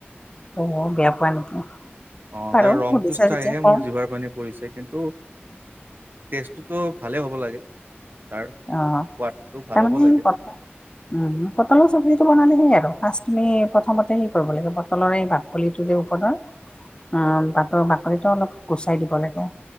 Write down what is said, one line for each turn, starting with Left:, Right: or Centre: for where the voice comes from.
Left: অ বেয়া পোৱা নেকি?
Right: অ
Left: বাৰু
Right: তাৰ ৰংটো
Left: সুধিছা যেতিয়া
Right: চাইহে
Left: কওঁ
Right: মোৰ জিভাৰ পানী পৰিছে কিন্তু। টেষ্টটোতো ভালেই হ'ব লাগে তাৰ সোৱাদটো
Left: অ তাৰমানে
Right: ভাল হ'ব লাগে।
Left: উম পটলৰ চব্জিটো বনালে হে আৰু ফাষ্ট তুমি প্ৰথমতে সেই কৰিব লাগে বটলৰেই বাক। কলিটো যে ওপৰৰ উ বাটৰ বাকলিটো অলপ গুচাই দিব লাগে।